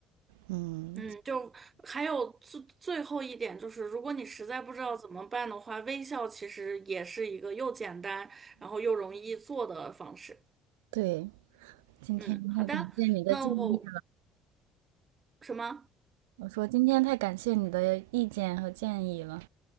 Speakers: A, on the right; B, on the right.
A: 嗯，
B: 嗯，就还有最最后一点就是，如果你实在不知道怎么办的话，微笑其实也是一个又简单，然后又容易做的方式。
A: 对，今天那感谢你的建议。
B: 嗯，好的，那我什么？
A: 我说今天太感谢你的意见和建议了。